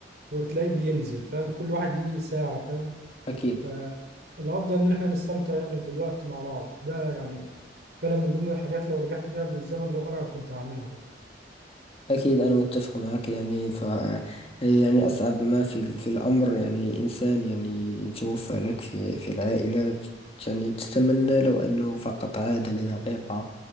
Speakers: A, on the right; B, on the left.
A: وتلاقيه بينزل فاهم كل واحد ليه ساعة فاهم
B: أكيد
A: فالأفضل إن إحنا نستمتع يعني بالوقت مع بعض ده يعني فعلا من ضمن الحاجات لو رجعت بيها بالزمن لورا كنت هعملها برضه
B: أكيد أنا متفق معك يعني ف يعني أصعب ما في ال- في الأمر يعني إنسان يعني يتوفى لك في في العائلة يعني تتمنى لو أنه فقط عاد لدقيقة